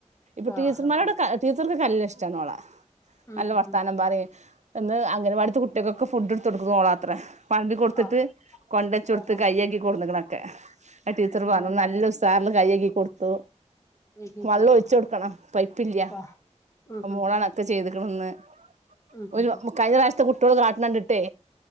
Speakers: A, on the right; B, on the left.
A: ഇപ്പൊ
B: ആ
A: ടീച്ചർമാരോടൊക്കെ
B: ഹ ഹ
A: ടീച്ചർക്ക് നല്ല ഇഷ്ടാണ് ഓളെ
B: ഉം
A: നല്ല
B: ഹും
A: വർത്താനം
B: ഹും
A: പറയും ഇന്ന് അങ്ങനവാടിത്തെ കുട്ടി കൊക്കെ ഫുഡ് എടുത്ത് കൊടുക്കുന്നത് ഓളാത്രെ വളമ്പി കൊടുത്തിട്ട്
B: ആ ഹ
A: കൊണ്ട് വച്ചു കൊടുത്ത്
B: ആ ഹ ഉം
A: കയ്യ് കഴുകി കൊണ്ട് വന്നെക്കണെ ക്കെ ആ ടീച്ചർ പറഞ്ഞ്
B: ആ ഹ
A: നല്ല ഉസാറില് കൈ കഴുകി കൊടുത്തു
B: ഉം ഹും
A: വള്ളം ഒയ്ച്ച് കൊടുക്കണം പൈപ്പ് ഇല്ല
B: ആ ഉം ഹും
A: മോളണക്ക ചെയ്ത് ക്ക്ണ്ന്ന്
B: ഉം ഹും
A: ഒരു
B: ഹും
A: കഴിഞ്ഞ പ്രാഷത്ത കു ട്ടളൊക്കെ കാട്ട്ണണ്ടിട്ടേ